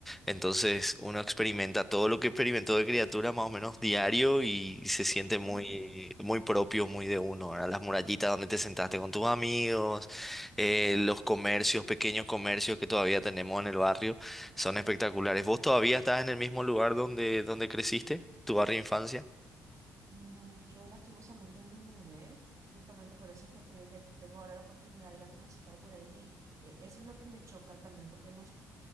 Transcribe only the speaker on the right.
Ujú.
No, yo lastimosamente me mudé. Justamente por eso es que te digo que tengo ahora la oportunidad de ir a transitar por ahí. E- Eso es lo que me choca también, porque no, es-